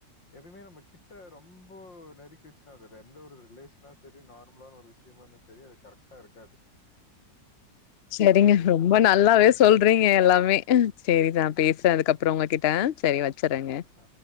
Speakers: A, on the left; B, on the left.
A: எப்பயுமே நம் கிட்ட ரொம்ப நெருக்கி வெச்சுனா அது எந்த ஒரு ரிலேஷனா செரி நார்மலான ஒரு விஷயமா இந்தா செரி அது கரெக்டா இருக்காது
B: செரிங்க
A: அது அது
B: ரொம்ப
A: அந்தந்த
B: நல்லாவே
A: இடத்துல இருந்தா
B: சொல்றீங்க
A: நல்லாருக்கும்.
B: எல்லாமே செரி நா பேசுறே அதுக்கப்புறோ உங்ககிட்ட செரி வெச்சிறேங்க
A: ஆ